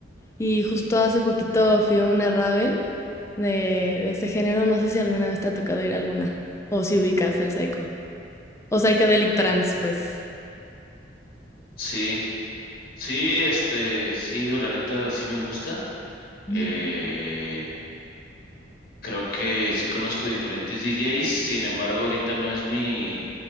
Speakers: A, on the left (about 15°); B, on the left (about 55°).
A: y justo hace poquito fui a una rave de, de ese género, no sé si alguna vez te ha tocado ir a alguna o si ubicas el psycho o psychedelic trance, pues.
B: Sí. Sí, este, sí he ido, la neta, sí me gusta.
A: Ujú.
B: Eh, creo que sí conozco diferentes DJs, sin embargo, ahorita no es mi,